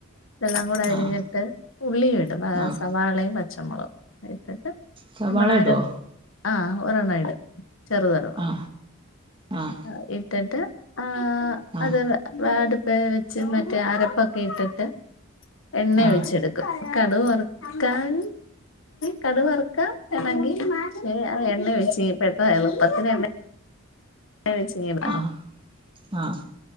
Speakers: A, on the left; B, on the right.
A: ഇതെല്ലാം കൂടെ അരിഞ്ഞിട്ട്
B: ആ
A: ഉള്ളി ഇടും
B: ആ
A: സവാളയും പച്ചമൊളകും ഇട്ടിട്ട്
B: സവാള
A: നമ്മളാരോ
B: ഇടോ
A: ആഹ്‌ ഒരണ്ണയിടും ചെറുത്ടും.
B: അ ‌ ആഹ്‌.
A: ആഹ് ഇട്ട്ട്ട് ആഹ്
B: ആഹ്
A: അത് വേ അടുപ്പേ വെച്ച് മറ്റേ അരപ്പൊക്കേ ഇട്ടിട്ട് എണ്ണേ
B: ആഹ്
A: ഒഴിച്ചെടുക്കും കടുവറുക്കാൻ കടു വറ് ക്കാം വേണങ്കി അത് എണ്ണെ ഒഴിച്ച് പ്പപ്പ എളുപ്പത്തിന് എണ്ണെ നേരേ ച്ചിയ്യ്ണ്
B: ആഹ് ആഹ്